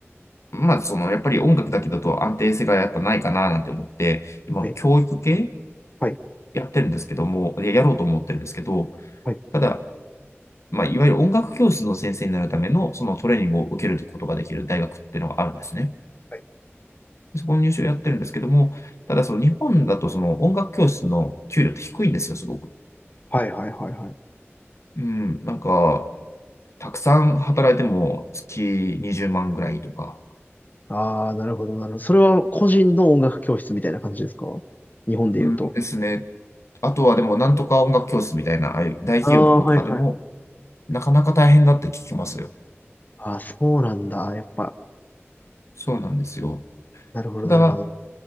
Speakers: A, on the left; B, on the left.
A: まあ、その、やっぱり音楽だけだと安定性がやっぱないかななんて思って、今、
B: はい、
A: 教育系
B: はい、
A: やってるんですけども、ややろうと思ってるんですけど、
B: はい、
A: ただ、まあ、いわゆる音楽教室の先生になるための、そのトレーニングを受けることができる大学っていうのがあるんですね。
B: はい、
A: そこの入試をやってるんですけども、ただその日本だとその音楽教室の給料って低いんですよ、すごく。
B: はい、はい、はい。
A: うん、なんか、たくさん働いても月20万ぐらいとか。
B: ああ、なるほど、なるほど。それは個人の音楽教室みたいな感じですか日本で言うと。
A: うんですね。あとはでも、なんとか音楽教室みたいな、ああいう大企業のとことかでも、
B: ああ、はい、はい。
A: なかなか大変だって聞きますよ。
B: ああ、そうなんだ。やっぱ、
A: そうなんですよ。
B: なるほど、
A: ただ、
B: なるほど。